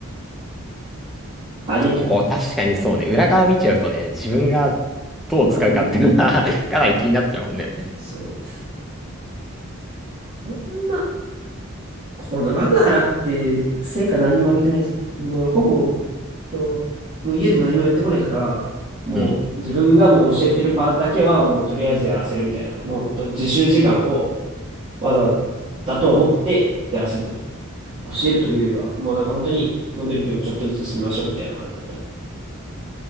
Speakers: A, on the right; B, in the centre.
A: ありえない。
B: おー、確かにそうね。裏側見ちゃうとね、自分がどう使うかっていうのは
A: まあ、無理。
B: <laughs> かなり気になっちゃうもんね。
A: そう。こんな、この額払って、成果何にもあげてないです。もうだから、ほぼ、ともう家でも何もやってこないから、もう自分がもう教えてる場だけはもうとりあえずやらせるみたいな。
B: うん。
A: もうほんと自習時間を技だと思ってやらせてた。教えるというよりは、もうなんか本当にモデルをちょっとずつ進みましょうみたいな感じだった。